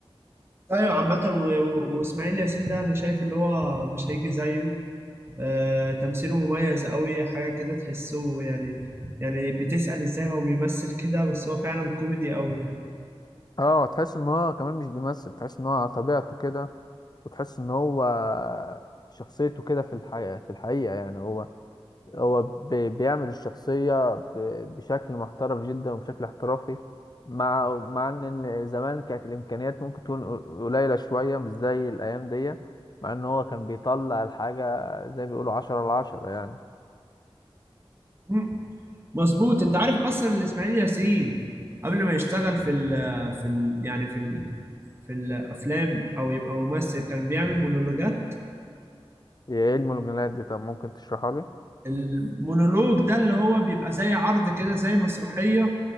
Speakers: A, on the right (about 25°); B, on the left (about 45°).
A: ايوه عامة و- و- واسماعيل ياسين ده انا شايف اللي هو مش هيجي زيه آه تمثيله مميز قوي حاجة كده تحسه يعني يعني بتسأل ازاي هو بيمثل كده بس هو فعلا كوميدي قوي يعني
B: اه تحس ان هو كمان مش بيمثل تحس ان هو على طبيعته كده وتحس ان هو شخصيته كده في الحقيقه في الحقيقه يعني هو هو ب- بيعمل الشخصية ب- بشكل محترف جدا وبشكل احترافي مع مع ان إن زمان كانت الامكانيات ممكن تكون قليلة شوية مش زي الايام دي مع ان هو كان بيطلع الحاجة زي ما بيقولوا عشرة على عشرة يعني
A: مم. مظبوط انت عارف اصلا إن اسماعيل ياسين قبل ما يشتغل في ال في ال يعني في ال في الافلام او يبقى ممثل كان بيعمل مونولوجات
B: هي ايه المونوجرامات دي طب ممكن تشرحها لي
A: المونولوج ده اللي هو بيبقى زي عرض كده زي مسرحية